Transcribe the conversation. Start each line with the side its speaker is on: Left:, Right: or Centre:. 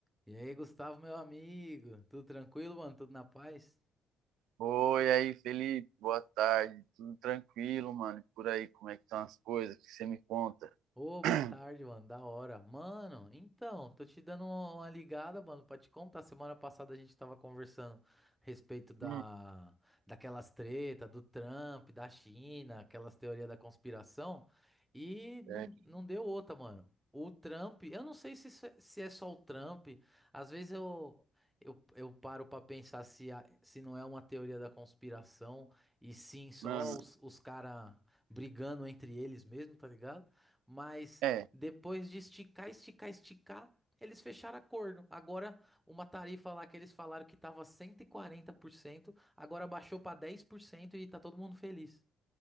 Centre: E aí, Gustavo, meu amigo, tudo tranquilo, mano? Tudo na paz?
Right: Oi, aí, Felipe, boa tarde. Tudo tranquilo, mano? E Por aí, como é que estão as coisas? O que você me conta?
Centre: Ô,
Right: <clears throat>
Centre: boa tarde, mano. Da hora. Mano, então, tô te dando uma uma ligada, mano, pra te contar. Semana passada a gente tava conversando a respeito da,
Right: Hum,
Centre: daquelas treta do Trump, da China, aquelas teorias da conspiração, e não,
Right: é,
Centre: não deu outra, mano. O Trump, eu não sei se, isso é- se é só o Trump, às vezes eu, eu, eu paro pra pensar se, a- se não é uma teoria da conspiração, e sim só
Right: mano,
Centre: os, os caras brigando entre eles mesmo, tá ligado? Mas
Right: é,
Centre: depois de esticar, esticar, esticar, eles fecharam acordo. Agora, uma tarifa lá que eles falaram que estava 140%, agora baixou para 10% e tá todo mundo feliz.